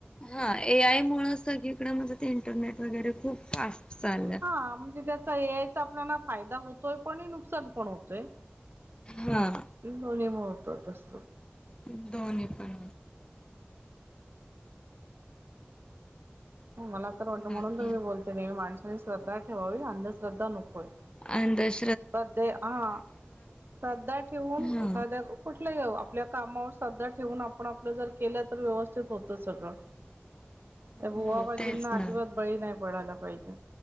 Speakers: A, on the left; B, on the right.
A: हा ए आय मुळ सग इकडं महेंजे ते इंटरनेट वगैरे खूप फास्ट चाललं.
B: हा म्हणजे त्याचा एआयचा आपल्याला फायदा होतोय पण नुकसान पण होतोय.
A: हा
B: दोन्ही मूळे होत तस
A: दोन्ही पण
B: मला तर वाटं
A: बाकी
B: म्हणून तर मी बोलते नाही मी माणसाांनी श्रद्धा ठेवावी अंधश्रद्धा नुकोय
A: अहंदच
B: सध्या हा श्रद्धा ठेवून
A: हा
B: एखाद्या कुठे आपल्या कामावर साध्या ठेवून आपण आपलं जर केलं तर व्यवस्थित होत सगळं
A: <inaudible>
B: त्या भुवा
A: हो
B: बाजींना
A: तेच ना
B: अजिबात बळी नाही पडायला पाहिजे